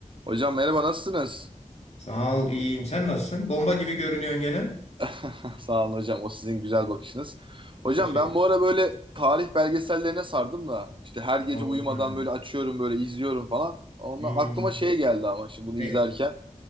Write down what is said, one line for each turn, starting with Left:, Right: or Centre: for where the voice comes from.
Right: Hocam merhaba nasılsınız?
Left: Sağ ol, iyiyim. Sen nasılsın? Bomba gibi görünüyorsun gene.
Right: <laughs> Sağ olun hocam o sizin güzel bakışınız. Hocam
Left: Teşekkür
Right: ben bu
Left: ederim.
Right: ara böyle tarih belgesellerine sardım da işte her gece
Left: Oh,
Right: uyumadan
Left: yani.
Right: böyle açıyorum böyle izliyorum falan. Ondan
Left: Hmm.
Right: aklıma şey geldi ama şimdi bunu
Left: Ne?
Right: izlerken.